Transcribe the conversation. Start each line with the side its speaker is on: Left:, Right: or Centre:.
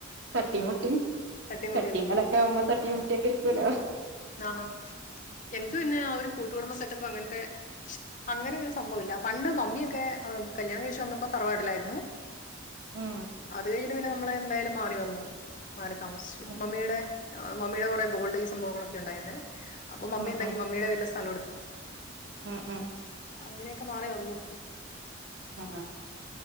Right: തട്ടി മുട്ടി
Left: തട്ടിമുട്ടിയൊക്കെ
Right: തട്ടിികളൊക്കെ
Left: പോവും
Right: ഒമ്പ് തട്ടി മറ്റ ഒക്കെ ഇരിക്കൂല്ലോ
Left: ആഹാ എങ്ങക്ക് പിന്നെ ആ ഒരു കൂട്ടുകുടമ്പക്കെറ്റപ്പ അങ്ങനത്തെ അങ്ങനെൊ ഒരു സംഭവ ഇില്ല പണ്ട് മമ്മിയൊക്കെ കല്യാണം കഴശി വന്നപ്പോ തറവാട്ടിലായിരുന്നു
Right: ഉം
Left: അത് കഴിഞ്ഞിട്ട് പിന്നെ നമ്മള എന്തായാലും മാറി വന്നു ആര് താമസിച്ചു
Right: ഉം
Left: മമ്മിയുടെ മമ്മിയുടെ കുറേ ഗോൾഡ ഈ സംഭവങ്ങളൊക്കെ ഒക്ക ഉണ്ടായിുന്ന അപ്പൊമ്മ
Right: ഉം
Left: എന്താക്കി മമ്മുടെ വ സ്ഥംടുത്ത് അ
Right: ഉം ഉം
Left: അങ്ങനെയൊക്കെ മാറി വന്നു
Right: ആ